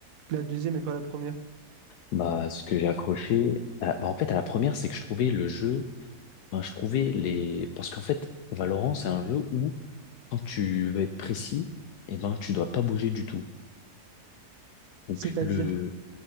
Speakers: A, on the right (about 60°); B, on the left (about 80°).
A: La deuxième et pas la première?
B: Bah, ce que j'ai accroché, à la- bah, en fait, à la première, c'est que je trouvais le jeu Enfin, je trouvais les... Parce qu'en fait, Valorant, c'est un jeu où, quand tu veux être précis, eh ben, tu dois pas bouger du tout. Donc,
A: C'est-à-dire,
B: le...